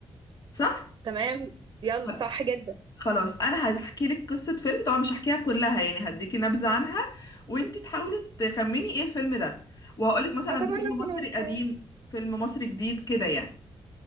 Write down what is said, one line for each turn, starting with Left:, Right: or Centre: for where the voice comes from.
Left: صح
Right: تمام يلا
Left: خ-
Right: صح جدا
Left: خلاص انا هحكي لك قصه فيلم طبعا مش هحكيها كلها يعني هديكي نبذه عنها وانتي تحاولي تخمني ايه الفيلم ده وهقولك مثلا
Right: أتمنى
Left: ده فيلم
Right: أكون
Left: مصري
Right: عارفة
Left: قديم فيلم مصري جديد كده يعني